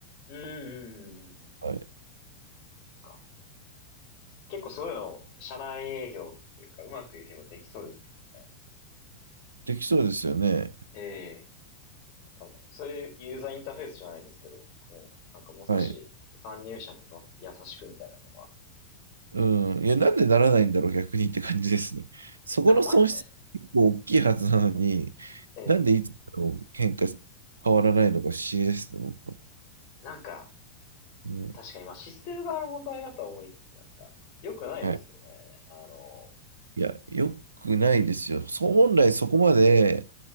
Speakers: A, on the left; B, on the right.
A: うん、うん、うん、うん。
B: はい。
A: か。結構そういうの、社内営業っていうか、うまくいけばできそうですけどね。
B: できそうですよね。
A: ええ多分、そういうユーザーインターフェースじゃないですけど、こう、なんかもう少し参入者には優しくみたいなの。
B: はい。うん。いや、なんでならないんだろう、逆にって感じですね。そこの損失結構大きいはずなのに、
A: なんか前、えー
B: なんでいつも喧嘩変わらないのか不思議ですね、僕は。
A: なんか、
B: うん。
A: 確かに今システム側の問題だとは思いつつ、なんか、良くないですよね。
B: はい。
A: あの、
B: いや、良くないですよ。そう、本来そこまで、